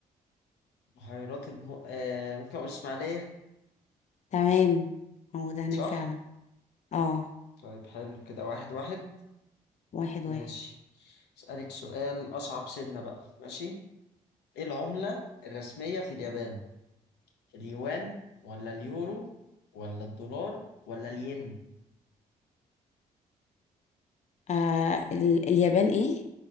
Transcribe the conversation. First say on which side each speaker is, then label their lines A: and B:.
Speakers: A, on the left (about 75°); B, on the left (about 40°).
A: بحيرات الم... آه، ممكن اقول اسماعيلية
B: تمام موجودة هناك
A: صح
B: فعلا اه
A: طيب حلو كده واحد واحد
B: واحد
A: ماشي
B: واحد
A: اسألك سؤال اصعب سنة بقى ماشي ايه العملة الرسمية في اليابان اليوان ولا اليورو ولا الدولار ولا الين
B: آه ال اليابان ايه